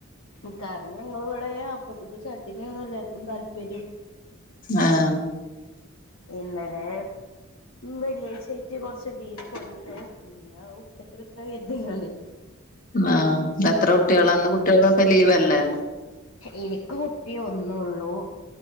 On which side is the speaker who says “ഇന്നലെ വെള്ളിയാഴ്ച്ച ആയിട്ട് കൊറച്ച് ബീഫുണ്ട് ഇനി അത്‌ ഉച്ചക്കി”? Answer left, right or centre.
Left